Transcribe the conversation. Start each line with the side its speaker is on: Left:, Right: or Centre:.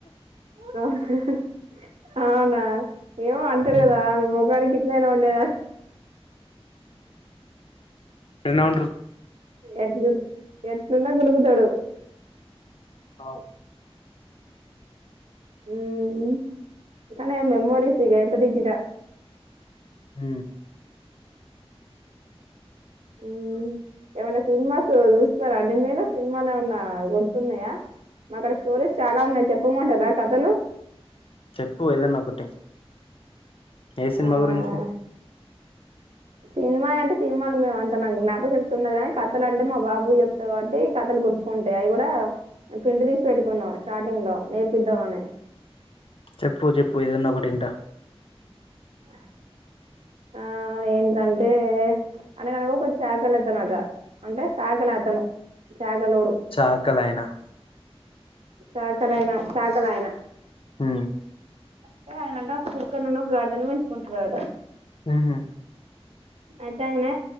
Right: కా <inaudible> అవునా ఏమో అంటాడు
Left: ఉమ్.
Right: కదా, మీ ముఖానికి ఈట్లెనా ఉండేదన్
Left: నన్నేం అంట్రు
Right: ఎంట్లున్ ఎట్ల ఉన్న కులుగుతాడు.
Left: అవు
Right: ఊహ్మ్, కానీ మెమొరీసిగ ఎంతదిట్టిన
Left: ఉ
Right: ఊమ్, ఏమన్నా సినిమాసు చూస్తారా అండి మీరు సినిమాల్ ఏమన్నా గుర్తున్నయా మాకడ స్టోరీస్ చాలా ఉన్నాయి, చెప్పమంటారా కథలు
Left: చెప్పు ఏదన్నా ఒకటి, ఏ సిన్మా
Right: ఆ
Left: గురించి
Right: సినిమా అంటే సినిమాలు మేము అంత నాకు జ్ఞాపకశక్తి ఉన్నదు కానీ, కథలు అంటే మా బాబు చెప్త కాబట్టి కథలు గుర్తుకుంటాయ్, అవి కూడా ప్రింట్ తీసి పెట్టుకున్నాం స్టార్టింగ్ లో నేర్పిద్దామని
Left: చెప్పు చెప్పు ఏదన్నా ఒకటింట
Right: ఆహ్ ఆ ఏంటంటే అనగనగ ఒక చాకలతనట, అంటే సాకలతను, చా నలొడు,
Left: చాకలైన
Right: చాకలైన చ కలయన
Left: హు
Right: అంటే ఆయనంట ఒక కుక్కనునొ, గాడిదను పెంచుకుంట అట
Left: ఉహు
Right: అయితే ఆయన,